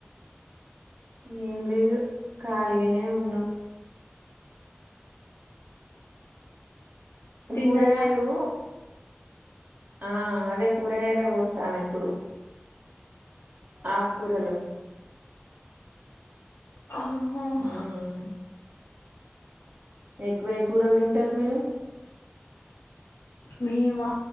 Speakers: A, on the right; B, on the left.
A: ఏం లేదు ఖాళీ గానే ఉన్నాం
B: తిన్నారా
A: కూరగాయలు ఆ అదే కూరగాయలు కోస్తన్న ఇప్పుడు ఆకుకూరలు
B: హా హ్హ్
A: మ్మ్ ఎక్కువ ఏ కూరలు తింటారు మీరు
B: మేమా